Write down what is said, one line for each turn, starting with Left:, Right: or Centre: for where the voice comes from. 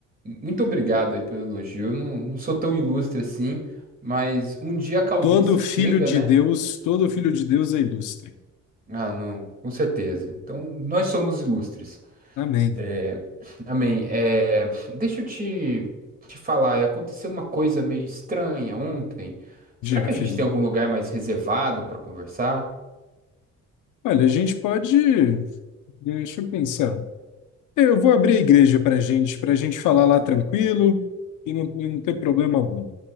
Right: muito obrigado aí pelo elogio. Eu não, não sou tão ilustre assim, mas um dia a calvície
Left: Todo filho
Right: chega,
Left: de
Right: né?
Left: Deus, todo filho de Deus é ilustre.
Right: Ah, não, com certeza. Então, nós somos ilustres.
Left: Amém.
Right: É, amém. É, deixa eu te, te falar, aconteceu uma coisa meio estranha ontem. Será
Left: Diga,
Right: que
Left: filho.
Right: a gente tem algum lugar mais reservado para conversar?
Left: Olha, a gente pode Deixa eu pensar. Eu vou abrir a igreja para gente, para a gente falar lá tranquilo e não, e não ter problema algum.